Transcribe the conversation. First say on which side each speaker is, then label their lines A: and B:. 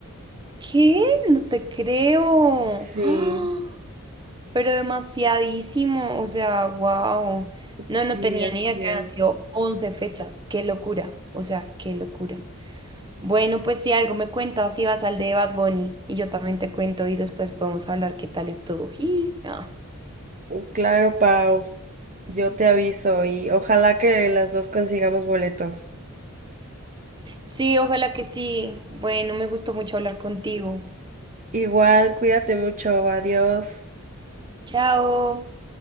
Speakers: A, on the right; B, on the right.
A: ¿Qué? No te creo.
B: Sí.
A: ¡Ah! Pero demasiadísimo. O sea, wow. No,
B: Sí,
A: no tenía
B: así
A: ni idea que
B: es.
A: habían sido 11 fechas. Qué locura. O sea, qué locura. Bueno, pues si algo me cuentas, si vas al de Bad Bunny y yo también te cuento y después podemos hablar qué tal estuvo. Ji, ah.
B: Uh, Claro, Pau, yo te aviso y ojalá que las dos consigamos boletos.
A: Sí, ojalá que sí. Bueno, me gustó mucho hablar contigo.
B: Igual, cuídate mucho, adiós.
A: Chao.